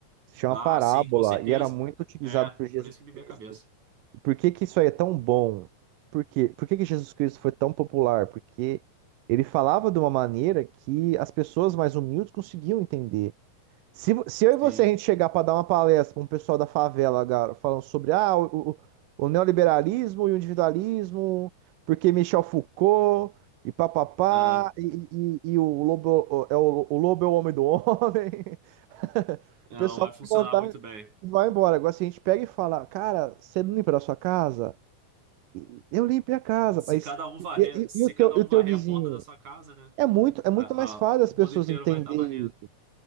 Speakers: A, on the right; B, on the right.
A: se chama
B: Ah,
A: parábola
B: sim, com certeza.
A: e era muito utilizado
B: É,
A: por Jesus
B: por isso que me veio
A: Cristo.
B: a cabeça.
A: E por que que isso aí é tão bom? Por quê? Por que que Jesus Cristo foi tão popular? Porque ele falava de uma maneira que as pessoas mais humildes conseguiam entender. Se, vo- se eu e você
B: Sim.
A: a gente chegar para dar uma palestra para um pessoal da favela, cara, falando sobre ah, o, o- o neoliberalismo e o individualismo, porque Michel Foucault e papapá,
B: Ah,
A: e, e, e o lobo o- é o, o lobo é o homem do homem, <laughs>
B: é,
A: o
B: não
A: pessoal
B: vai funcionar
A: vai contar
B: muito bem.
A: e vai embora. Agora, se a gente pega e fala, cara, você não limpa da sua casa? E- Eu limpei a casa,
B: Se
A: mas
B: cada um
A: e,
B: varrer,
A: e-
B: se
A: e o teu,
B: cada
A: e
B: um
A: o
B: varrer
A: teu vizinho?
B: a porta da sua casa, né?
A: É muito, é muito
B: a-
A: mais fácil
B: a-
A: as
B: o
A: pessoas
B: mundo inteiro
A: entenderem
B: vai estar varrendo.